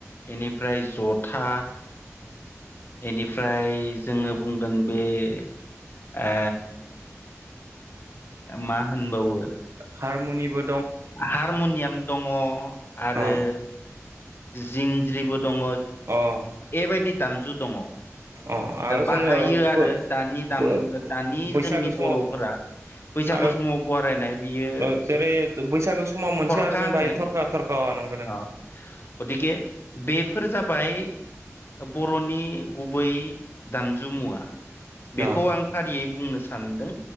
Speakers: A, on the left (about 45°); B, on the right (about 65°).
A: बेनिफ्राय जथा बेनिफ्राय जोङो बुंगोन बे ए मा होनबावो
B: हारमनिबो
A: हारमनियाम दङ आरो
B: अ
A: जिंज्रिबो दङ
B: अ
A: एबायदि दामजु दङ
B: अ आरो जोङो
A: बाहायो आरो
B: बो
A: दानि दाम
B: बो
A: दानि
B: बैसागो
A: जोंनि
B: समाव
A: बर'फोरा बैसागु
B: आरो
A: समाव बरायनाय बियो
B: ओ जेरै बैसागो समाव मोनसे
A: थरखा
B: आरो जों
A: होनो
B: बाहाय थरखा थरखा नंगौ नोंथां
A: अ गथिखे बे बेफोर जाबाय बर'नि गुबै दामजुुमुवा बेखौ
B: अ
A: आं फारियै बुंनो सानदों